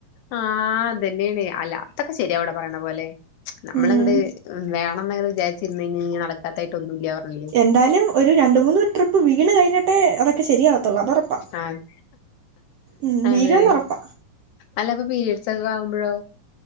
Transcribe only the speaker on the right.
ഉം
എന്തായാലും ഒരു രണ്ട്, മൂന്ന് ട്രിപ്പ് വീണ് കഴിഞ്ഞിട്ടേ അതൊക്കെ ശരിയാവത്തുള്ളൂ അത് ഒറപ്പാ.
ഉം വീഴുന്ന്
ഒറപ്പാ.